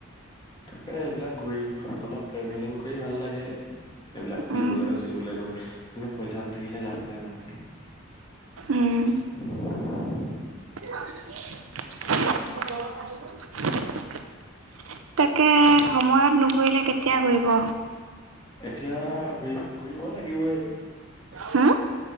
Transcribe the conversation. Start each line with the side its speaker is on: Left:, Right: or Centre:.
Left: এ এইবিলাক ঘূৰি অলপ ট্ৰেভেলিং কৰি ভাল লাগে। এইবিলাক ফুৰিবলৈ
Right: উম
Left: চুৰিবলৈ গৈ- কিন্তু পইচা নাথাকিলে লাভ নাই মানে। <unintelligible>
Right: উম <unintelligible> <unintelligible> তাকে সময়ত নুঘূৰিলে কেতিয়া ঘূৰিব।
Left: এতিয়া ঘূৰি ঘূৰিব লাগিবই।
Right: হম